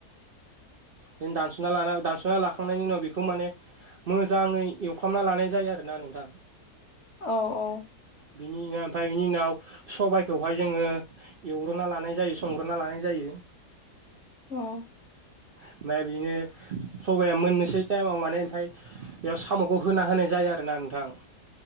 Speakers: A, on the right; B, on the left.
A: बिदिनो दानस'ना लाना दानस'ना लाखांनायनि उनाव बेखौ माने मोजाङै एवफ्रामना लानाय जायो आरो ना नोंथां
B: औ औ
A: बिनि नोंङा ओमफाय बिनि उनाव सबाय बेखौवहाय जोङो एवग्रोना लानाय जायो संग्रोना लानाय जायो।
B: उम।
A: <unintelligible> बिनो सबाया मोननोसै टाइमाव माने ओमफाय बेयाव साम'खौ होना होनाय जायो आरोना नोंथां।